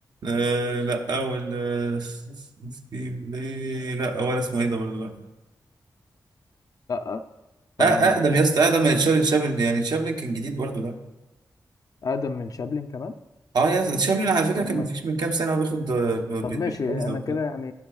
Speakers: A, on the right; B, on the left.
A: آه... لا أول آه... س- س- ستيف ليه لا أول اسمه إيه ده ولا
B: لا طب
A: أه اقدم
B: ما
A: يا اسطى اقدم من تشارلي تشابلن يعني تشابلن كان جديد برضه ده
B: اقدم من شابلن كمان
A: اه يا اسطى تشابلن على فكره
B: طب
A: كان
B: ما
A: مفيش من كام سنه هو بياخد آه، ب- ب-
B: طب ماشي
A: ب- جايزه
B: انا
A: وبتاع
B: كده يعني